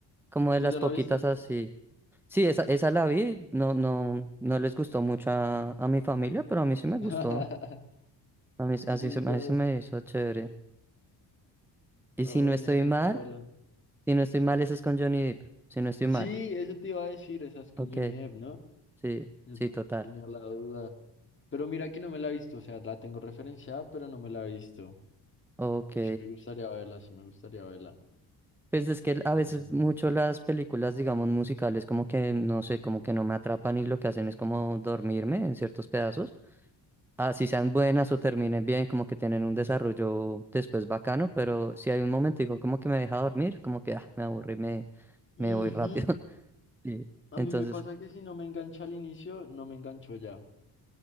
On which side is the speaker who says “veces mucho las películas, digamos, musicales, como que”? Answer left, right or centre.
Centre